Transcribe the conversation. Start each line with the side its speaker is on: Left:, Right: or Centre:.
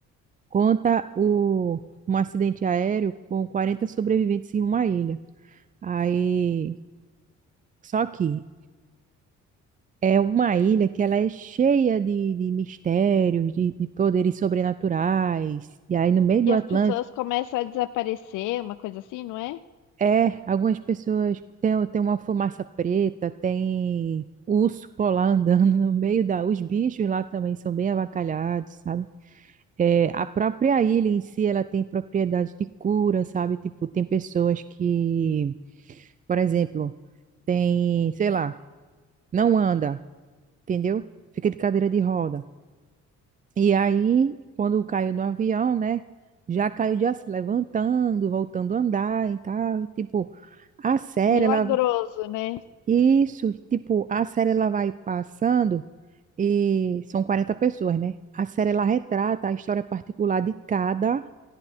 Right: Conta o, um acidente aéreo com 40 sobreviventes em uma ilha. Aí, só que é uma ilha que ela é cheia de, de mistérios, de, de poderes sobrenaturais. E aí, no meio do
Left: E as
Right: Atlântico,
Left: pessoas começam a desaparecer, uma coisa assim, não é?
Right: é, algumas pessoas têm, têm uma fumaça preta, tem urso polar andando no meio da... Os bichos lá também são bem avacalhados, sabe? É, a própria ilha em si, ela tem propriedades de cura, sabe? Tipo, tem pessoas que, por exemplo, tem, sei lá, não anda, entendeu? Fica de cadeira de roda. E aí, quando caiu no avião, né? Já caiu já se levantando, voltando a andar e tal. E, tipo, a série,
Left: Milagroso,
Right: ela...
Left: né?
Right: Isso, tipo, a série, ela vai passando e são 40 pessoas, né? A série, ela retrata a história particular de cada